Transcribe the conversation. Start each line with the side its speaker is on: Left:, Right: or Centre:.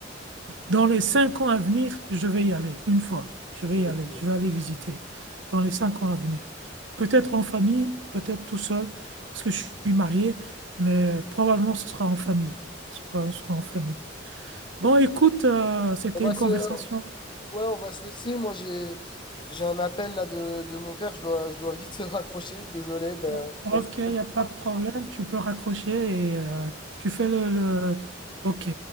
Right: dans les cinq ans à venir, je vais y aller, une fois. Je vais
Left: Ok.
Right: y aller, je vais aller visiter dans les cinq ans à venir. Peut-être en famille, peut-être tout seul, parce que je suis marié, mais probablement ce sera en famille. Ce sera, ce sera en famille. Bon, écoute, euh, c'était
Left: On va
Right: une
Left: se,
Right: conversation.
Left: Ouais, on va se laisser. Moi, j'ai j'ai un appel là de, de mon père. Je dois, je dois vite se raccrocher. Désolé, ben,
Right: O- Ok,
Left: on se rappelle
Right: il n'y a pas
Left: pas.
Right: de problème, tu peux raccrocher et euh, tu fais le, le... Ok,